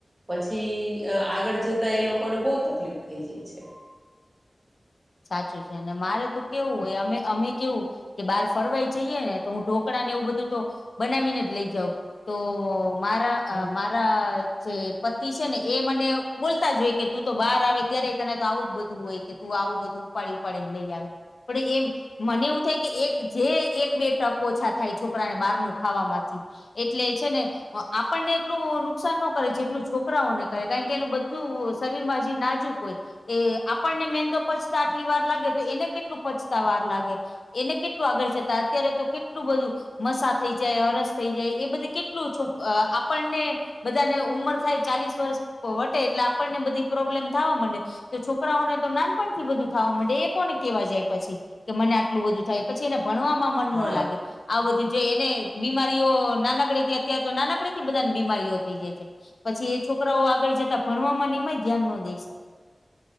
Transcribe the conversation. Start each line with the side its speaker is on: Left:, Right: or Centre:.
Right: પછી, આગળ જતા એ લોકોને, બહુ તકલીફ થઈ જાય છે.
Left: સાચું છે, અને મારે તો કેવું હોય અમે અમે કેવું - -કે બહાર ફરવાઈ જઈએ ને, તો હું ઢોકળા ને એવું બધું તો બનાવીને જ લઈ જાઉ. તો, મારા
Right: હમ
Left: અ મા- -રા જે, પતિ છે ને, એ મને બોલતા જ હોય કે, તું તો બહાર આવે ત્યારે તને તો આવું જ બધું હોય! તું, આવું બધું ઉપાડી ઉપાડીને, લઈ આવે પણ એમ- મને એવું થાય કે, એક જે એક બે ટક ઓછા થાય છોકરાને બારનું ખાવા થી. એટલે, છે ને- આપણને એટલું નુકસાન નો કરે જેટલુ છોકરાઓને કરે કારણ કે એને બધું- -શરીર હજી નાજુક હોય એ આપણને મેંદો પચ- -આટલી વાર લાગે તો એને કેટલું પચતા વાર લાગે? એને કેટલું, આગળ જતા, અત્યારે તો કેટલું બધું! મસા થઈ જાય, હરસ થઈ જાય, એ બધું કેટલું છો આપણને- બધા ને ઉમર થાય, ચાલીસ વર્ષ વટે, એટલે આપણને બધી પ્રોબ્લેમ થવા માંડે. તો છોકરાઓને તો નાનપણ- બધું થવા માં એ કોને કેહેવા જાય પછી? કે મને આટલું બધું થાય પછી એને ભણવાવામાં-
Right: હા
Left: -મન ન લાગે- આ બધું જે, એને બીમારીઓ નાનકડે થી, અત્ય્યારે તો નાનકડે થી બધા બીમારીઓ થઈ જાય છે પછી એ છોકરાઓ આગળ જતા ભણવામા એમાંય ધ્યાન ન દઈ શકે.